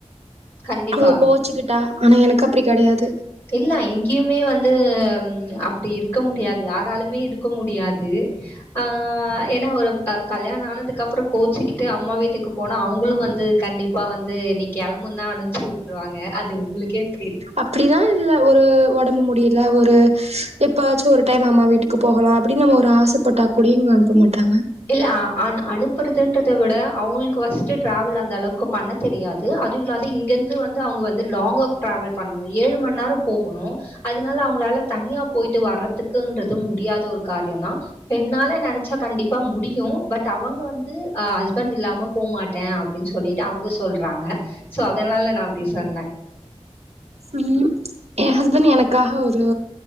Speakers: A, on the left (about 20°); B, on the right (about 70°).
A: கண்டிப்பா
B: அவங்க கோச்சிக்கிட்டா ஆனா எனக்கு அப்டி கெடையாது
A: இல்ல இங்கயுமே வந்து அப்டி இருக்க முடியாது யாராலுமே இருக் முடியாது ஆ ஏன்னா ஒரு கல்யாண ஆனதுக் அப்பறம் கோச்சிக்கிட்டு அம்மா வீட்டுக்கு போனா அவங்களு வந்து கண்டிப் அப்பா வந்து நீ கெளம்புனா அனுப்பிச்சு விட்ருவாங்க அது உங்களுக்கே தெரி
B: அப்டிதா இல்ல ஒரு உடம்பு முடியல ஒரு எப்பவாச்சு ஒரு டைம் அம்மா வீட்டுக்கு போகலாம் அப்டின் ஒரு ஆசப்பட்டா குடிங் அனுப்ப மாட்டாங்க
A: இல்ல அனுப்புறதுனு விட அவங்களுக்கு ஃபர்ஸ்ட் டிராவல் அந்த அளவுக்கு பண்ண தெரியாது அதுவும் இல்லாது இங்கந்து வந்து அவங்க வந்து லாங்கர் டிராவல் பண்ணனு ஏழு மண்நேரம் போகணும் அதனால அவங்களால தனியா போயிட்டு வரதுக்குன்றது முடியாத ஒரு காரியம் தான் என்னால நெனச்சா கண்டிப்பா பா முடியு பட் அவங்க வந்து ஆ ஹஸ்பண்ட் இல்லாம போ மாட்டேன் அப்படின் சொல்லிட்டு அவங்க சொல்றாங்க சோ அதனால நான் அப்டி சொன்ன
B: உம் என் ஹஸ்பண்ட் எனக்காக ஒரு